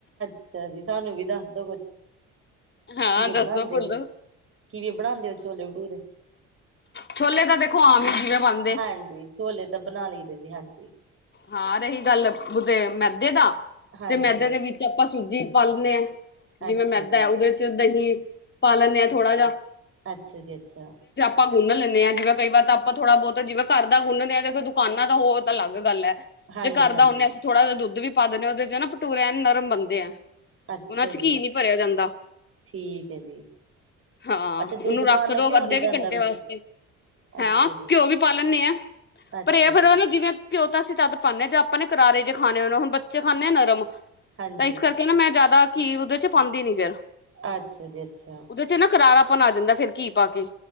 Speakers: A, on the right (about 45°); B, on the left (about 35°).
A: ਛਾ ਜੀ ਸਾਨੂੰ ਵੀ ਦੱਸਦੋ ਕੁਛ
B: ਹਾਂ
A: ਕਿਵੇਂ
B: ਦੱਸੋ
A: ਬਣਾਂਦੇ
B: ਭੁੱਲੋ
A: ਓ ਕਿਵੇਂ ਬਣਾਂਦੇ ਓ ਛੋਲੇ ਭਟੂਰੇ
B: ਛੋਲੇ ਤਾਂ ਦੇਖੋ ਆਮ ਹੀ ਜਿਵੇਂ ਬਣ
A: ਹਾਂਜੀ ਛੋਲੇ ਤਾਂ ਬਣਾ ਲਈ ਦੇ ਜੀ ਹਾਂਜੀ
B: ਹਾਂ ਰਹੀ ਗੱਲ ਉਦੇ ਮੈਦੇ ਦਾ
A: ਹਾਂਜੀ
B: ਤੇ ਮੈਦੇ ਦੇ ਵਿੱ ਚ ਆਪਾਂ ਸੂਜੀ ਪਾ ਲੈਂਣੇ ਆ ਜਿਵੇਂ
A: ਅੱਛਾ
B: ਮੈਦਾ
A: ਜੀ
B: ਏ ਉਹਦੇ ਚ ਦਹੀਂ ਪਾ ਲੈਂਨੇ ਆ ਥੋੜ੍ਹਾ ਜਿਹਾ
A: ਅੱਛਾ ਜੀ ਅੱਛਾ
B: ਪਾਂ ਗੁੰਨ ਲੈਂਨੇ ਆ ਜਿਵੇਂ ਕਈ ਵਾਰ ਤਾਂ ਆਪਾਂ ਥੋੜਾ ਬਹੁਤ ਜਿਵੇਂ ਘਰ ਦਾ ਗੁੰਨਨੇ ਆ ਦੇਖੋ ਦੁਕਾਨਾਂ ਦਾ ਉਹ ਤਾਂ ਅਲੱਗ ਗੱਲ ਐ
A: ਹਾਂਜੀ
B: ਜੇ ਘਰ
A: ਹਾਂਜੀ
B: ਦਾ ਹੁੰਦੇ ਹਾਂ, ਅਸੀ ਥੋੜਾ ਜਿਹਾ ਦੁੱਧ ਪਾ ਦਿਨੇ ਆ ਉਹਦੇ ਚ, ਨਾ ਭਟੂਰੇ ਐਨ ਨਰਮ ਬਣਦੇ ਆ।
A: ਅੱਛਾ
B: ਉਹਨਾ ਚ
A: ਜੀ
B: ਘੀ ਨਹੀਂ ਭਰਿਆ ਜਾਂਦਾ।
A: ਠੀਕ ਏ ਜੀ।
B: ਹਾਂ,
A: ਅੱਛਾ ਦੁੱਧ
B: ਉਹਨੂੰ ਰੱਖ
A: ਪਾਉਣ ਨਾਲ
B: ਦੋ,
A: ਘਿਓ
B: ਅੱਧੇ
A: ਨੀ
B: ਕੁ
A: ਪੈਂਦਾ
B: ਘੰਟੇ
A: ਵਿੱਚ
B: ਵਾਸਤੇ। ਹਾ,
A: ਅੱਛਾ ਜੀ
B: ਘਿਓ ਵੀ ਪਾ ਲੈਂਣੇ ਆ,
A: ਅੱਛਾ
B: ਪਰ ਇਹ ਏ
A: ਜੀ
B: ਫੇਰ। ਜਿਵੇਂ ਘਿਓ ਤਾਂ ਅਸੀਂ ਤਦ ਪਾਂਣੇ ਆ, ਜੇ ਆਪਾਂ ਨੇ ਕਰਾਰੇ ਜੇ ਖਾਣੇ ਹੋਣ, ਹੁਣ ਬੱਚੇ ਖਾਂਦੇ ਆ ਨਰਮ।
A: ਹਾਂਜੀ
B: ਤਾਂ ਇਸ ਕਰਕੇ ਨਾ, ਮੈਂ ਜ਼ਿਆਦਾ ਘੀ ਉਹਦੇ ਚ ਪਾਉਂਦੀ ਨੀ, ਫੇਰ।
A: ਅੱਛਾ ਜੀ ਅੱਛਾ।
B: ਉਹਦੇ ਚ ਨਾ ਕਰਾਰਾਪਣ ਆ ਜਾਂਦੈ, ਫਿਰ ਘੀ ਪਾ ਕੇ।